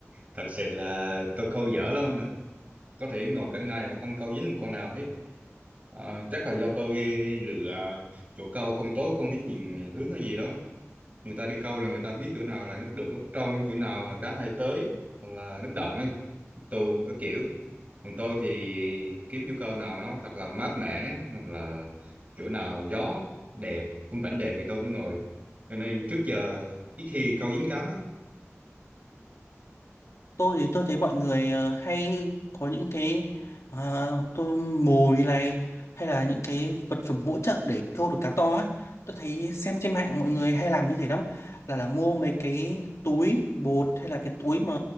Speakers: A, on the right; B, on the left.
A: thật sự là tôi câu dở lắm nè. Có thể ngồi cả ngày mà không câu dính một con nào hết. À, chắc là do tôi lựa chỗ câu không tốt, không biết nhìn hướng hay gì đó. Người ta đi câu là người ta biết chỗ nào là nước đục, nước trong, chỗ nào là cá hay tới, hoặc là nước động ấy, nước tù, có kiểu. Còn tôi thì kiếm chỗ câu nào nó thật là mát mẻ, hoặc là chỗ nào gió đẹp, khung cảnh đẹp thì tôi mới ngồi. Cho nên trước giờ ít khi câu dính cá lắm.
B: tôi thì tôi thấy mọi người ờ, hay có những cái ờ, tôi mồi này hay là những cái vật phẩm hỗ trợ để câu được cá to á tôi thấy xem trên mạng mọi người hay làm như thế lắm là là mua mấy cái túi bột hay là cái túi mà